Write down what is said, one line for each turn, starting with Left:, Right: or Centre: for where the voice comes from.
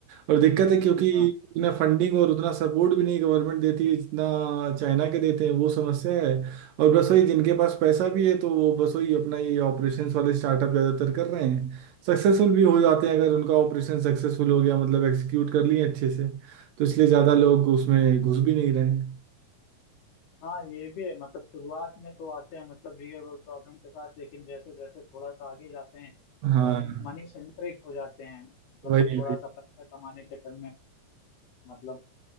Right: और दिक्कत है क्योंकि
Left: हाँ
Right: इतना फंडिंग और उतना सपोर्ट भी नहीं गवर्नमेंट देती है जितना चाइना के देते हैं वो समस्या है और बस वही जिनके पास पैसा भी है तो वो बस वही अपना ये ऑपरेशंस वाले स्टार्टअप ज्यादातर कर रहे हैं सक्सेसफुल भी हो जाते हैं अगर उनका ऑपरेशन सक्सेसफुल हो गया मतलब एग्जीक्यूट कर लिए अच्छे से तो इसलिए ज्यादा लोग उसमें घुस भी नहीं रहे हैं
Left: हाँ, ये भी है मतलब शुरुआत में तो आते हैं मतलब रियल वर्ल्ड प्रॉब्लम के साथ लेकिन जैसे जैसे थोड़ा सा आगे जाते हैं
Right: हाँ
Left: तो मनी सेंट्रिक हो जाते हैं मतलब
Right: वही
Left: कि थोड़ा सा पैसा कमाने के चक्कर में मतलब